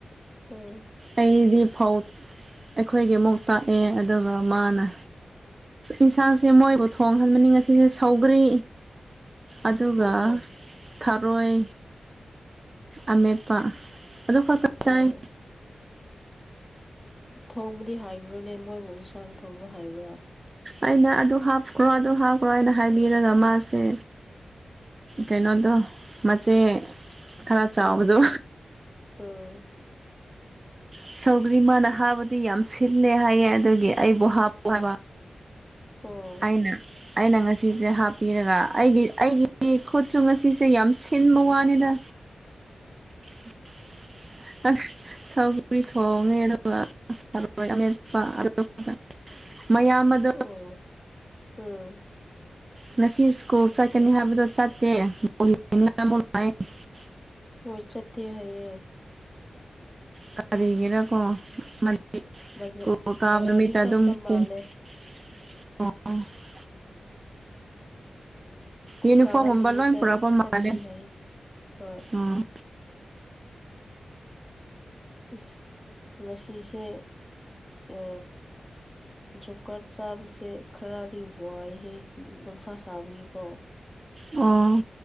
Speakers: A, on the left; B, on the right.
A: ꯎꯝ
B: ꯑꯩꯗꯤ ꯐꯧ ꯑꯩꯈꯣꯏꯒꯤ ꯑꯃꯨꯛ ꯇꯥꯛꯑꯦ ꯑꯗꯨꯒ ꯃꯥꯅ ꯏꯟꯁꯥꯡꯁꯦ ꯃꯣꯏꯕꯨ ꯊꯣꯡꯍꯟꯕꯅꯤ ꯉꯁꯤꯁꯦ ꯁꯧꯒꯔꯤ ꯑꯗꯨꯒ
A: ꯑꯣ ꯑꯣ
B: ꯊꯔꯣꯏ ꯑꯃꯦꯠꯄ ꯑꯗꯨ ꯈꯛꯇ ꯆꯥꯏ
A: ꯑꯣ ꯊꯣꯡꯕꯗꯤ ꯍꯥꯏꯕ꯭ꯔꯣꯅꯦ ꯃꯣꯏꯕꯨ ꯏꯟꯁꯥꯡ ꯊꯣꯡꯕ ꯍꯥꯏꯕ꯭ꯔꯣ
B: ꯑꯩꯅ ꯑꯗꯨ ꯍꯥꯞꯈ꯭ꯔꯣ ꯑꯗꯨ ꯍꯥꯞꯈ꯭ꯔꯣ ꯍꯥꯏꯅ ꯍꯥꯏꯕꯤꯔꯒ ꯃꯥꯁꯦ ꯀꯩꯅꯣꯗꯣ ꯃꯆꯦ ꯈꯔ ꯆꯥꯎꯕꯗꯣ
A: ꯎꯝ ꯎꯝ
B: ꯁꯧꯒ꯭ꯔꯤ ꯃꯥꯅ ꯍꯥꯞꯕꯗꯤ ꯌꯥꯝ ꯁꯤꯜꯂꯦ ꯍꯥꯏꯌꯦ ꯑꯗꯨꯒꯤ ꯑꯩꯕꯨ ꯍꯥꯞ ꯄꯣꯍꯥꯏꯕ
A: ꯑꯣ
B: ꯑꯩꯅ ꯑꯩꯅ ꯉꯁꯤꯁꯦ ꯍꯥꯞꯄꯤꯔꯒ ꯑꯩꯒꯤ ꯑꯩꯒꯤ ꯈꯨꯠꯁꯨ ꯉꯁꯤꯁꯦ ꯌꯥꯝ ꯁꯤꯟꯕ ꯋꯥꯅꯤꯗ <unintelligible> ꯑꯅ ꯁꯧꯒ꯭ꯔꯤ__ ꯒ꯭ꯔꯤ ꯊꯣꯡꯉꯦ ꯑꯗꯨꯒ ꯊꯔꯣꯏ ꯃꯦꯠꯄ ꯑꯗꯨꯒ ꯃꯌꯥꯝ ꯑ__ <unintelligible>
A: ꯑꯣ ꯎꯝ
B: ꯉꯁꯤ ꯁ꯭ꯀꯨꯜ ꯆꯠꯀꯅꯤ ꯍꯥꯏꯕꯗꯣ ꯆꯠꯇꯦ <unintelligible>
A: ꯍꯣꯏ ꯆꯠꯇꯦ ꯍꯥꯏꯌꯦ
B: ꯀꯔꯤꯒꯤꯔꯥꯀꯣ ꯃꯟ <unintelligible>
A: ꯕꯖ
B: ꯁ꯭ꯀꯨꯜ ꯀꯥꯕ
A: ꯕꯖꯥꯔꯗꯤ
B: ꯅꯨꯃꯤꯠꯇ
A: ꯆꯠꯄ
B: ꯑꯗꯨꯝ <unintelligible>
A: ꯃꯥꯜꯂꯦ ꯁ꯭ꯀꯨꯜ
B: ꯌꯨꯅꯤꯐꯣꯔꯝꯒꯨꯝꯕ
A: ꯀꯥꯕ ꯅꯨꯃꯤꯠꯇ
B: ꯂꯣꯏ ꯄꯨꯔꯛꯄ
A: ꯆꯠꯀꯅꯤ
B: ꯃꯥꯜꯂꯦ
A: ꯍꯥꯏꯌꯦ ꯍꯣꯏ
B: ꯑꯣ
A: ꯏꯁ ꯉꯁꯤꯁꯦ ꯑ ꯖꯣꯞ ꯀꯥꯔꯠ ꯆꯥꯕꯁꯦ ꯈꯔꯗꯤ ꯋꯥꯏꯍꯦ ꯅꯨꯡꯁꯥ ꯁꯥꯕꯒꯤꯀꯣ
B: ꯑꯣ